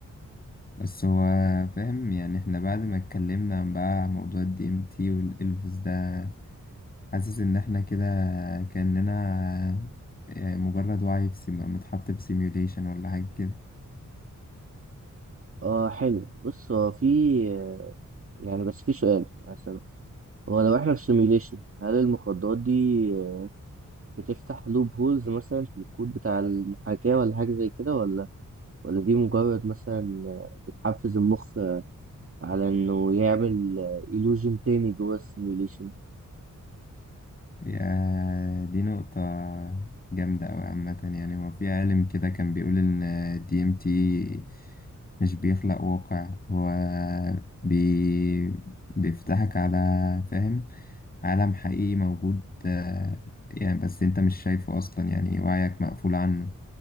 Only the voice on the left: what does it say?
بس هو فاهم يعني احنا بعد ما اتكلمنا عن بقى موضوع الدي ام تي والالفز ده حاسس ان احنا كده كأننا آه، مجرد وعي في سيم... متحط في سيميوليشن ولا حاجة كده
يا دي نقطة جامدة أوي عامة يعني هو في عالم كده كان بيقول إن الدي ام تي مش بيخلق واقع هو بي... بيفتحك على فاهم عالم حقيقي موجود آه، يعني بس انت مش شايفه أصلا يعني وعيك مقفول عنه